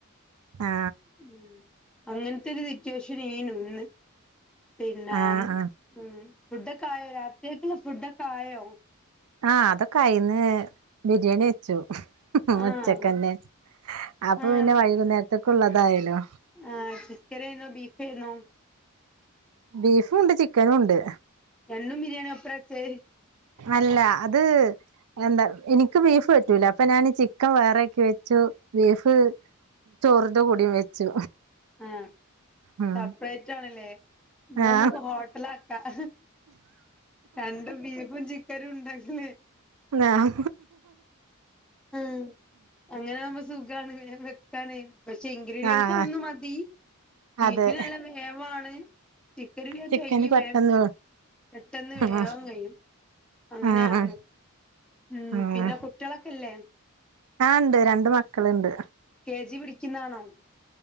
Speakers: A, on the right; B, in the centre.
A: ആ
B: ഉം അങ്ങനെത്തൊരു സിറ്റുവേഷൻ എയ്ന് ന്ന് പിന്നേം
A: ആഹ് ആഹ്
B: ഉമ് ഫുഡൊക്കെ ആയോ രാത്രിയക്കുള്ള ഫുഡൊക്കെ ആയോ
A: ആഹ് അതൊക്കെയിന്ന് ബിരിയാണി വെച്ചു
B: ആഹ്
A: ഉച്ചക്കന്നെ അപ്പൊ
B: ആഹ്
A: പിന്നെ വൈകുന്നേരത്തേക്ക ഉള്ളതായാലോ.
B: ആഹ് ചിക്കൻ ഏയ്‌നോ ബീഫ് ഏയ്‌നോ
A: ബീഫും ഉണ്ട് ചിക്കനും ഉണ്ട്
B: രണ്ടും ബിരിയാണി ഒപ്പരാ ചെ
A: അല്ലാ അത് എന്താ എനിക്ക് ബീഫ് പറ്റൂല അപ്പൊ ഞാൻ ചിക്കൻ വേറാക്കി വെച്ചു ബീഫ് ചോറിന്റെ കൂടിയും വെച്ചു
B: ആഹ്
A: ഉം
B: സപ്പറേറ്റ് ആണല്ലേ നമുക്ക്
A: ആഹ്
B: ഹോട്ടൽ ആക്കാം രണ്ടു ബീഫും ചിക്കനും ഉണ്ടാക്കിന്നേ
A: ആം
B: ആഹ് അങ്ങനെ ആവുമ്പോ സുഖാണ് വേഗം വെക്കാനേ പക്ഷെ ഇൻഗ്രീഡിയൻസ്
A: ആഹ്
B: ഒന്ന് മതി ബീഫിന്
A: അതെ
B: നല്ല വേവാണ് ചിക്കനെല്ലാം
A: ചിക്കന്
B: കയ്യും
A: പെട്ടെന്ന്
B: വേം പെട്ടെന്ന് വേവാൻ
A: ആഹ്
B: കയ്യും അങ്ങനെയാണ്
A: ആഹ്
B: ഉമ്
A: ആഹ്
B: പിന്നെ കുട്ടിളൊക്കെല്ലേ
A: ആഹ് ഇണ്ട് രണ്ട് മക്കൾണ്ട്
B: കെ ജി പഠിക്കുന്ന ആണോ